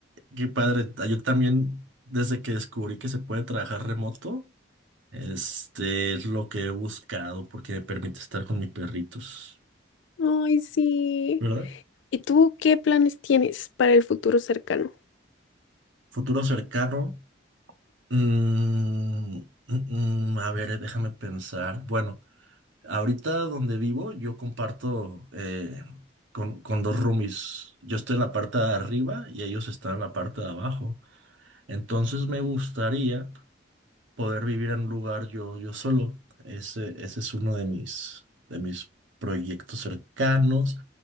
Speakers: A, on the right; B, on the left.
A: qué padre. Ah, Yo también, desde que descubrí que se puede trabajar remoto, este es lo que he buscado porque me permite estar con mis perritos,
B: Ay, sí.
A: ¿verdad?
B: ¿Y tú qué planes tienes para el futuro cercano?
A: Futuro cercano. mm, mm, mm, a ver, déjame pensar. Bueno, ahorita donde vivo, yo comparto eh, con, con dos roomies. Yo estoy en la parte de arriba y ellos están en la parte de abajo. Entonces me gustaría poder vivir en un lugar yo, yo solo. Ese, ese es uno de mis, de mis proyectos cercanos.